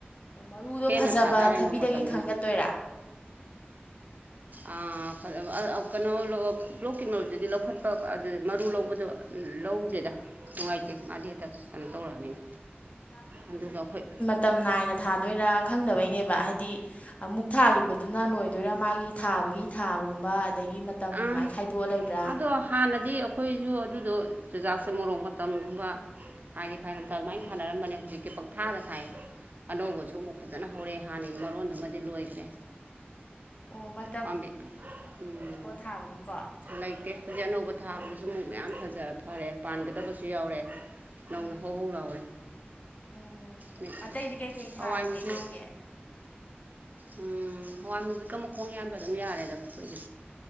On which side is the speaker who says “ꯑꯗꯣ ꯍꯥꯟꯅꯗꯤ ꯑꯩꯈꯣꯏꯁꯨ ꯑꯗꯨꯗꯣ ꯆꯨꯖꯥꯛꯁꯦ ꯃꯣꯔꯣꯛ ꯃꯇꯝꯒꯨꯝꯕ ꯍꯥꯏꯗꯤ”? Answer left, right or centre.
Right